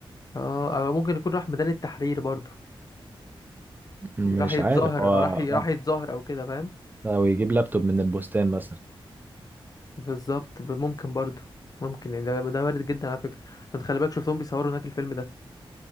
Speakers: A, on the left (about 40°); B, on the right (about 20°).
A: اه او ممكن يكون راح ميدان التحرير برضو
B: مش
A: راح يتظاهر
B: عارف هو
A: او راح راح يتظاهر او كده فاهم
B: لو يجيب لابتوب من البستان مثلا
A: بالظبط ب- ممكن برضو ممكن يعني ده ده وارد جدا على فكره عشان خلي بالك شفتهم بيصوروا هناك الفيلم ده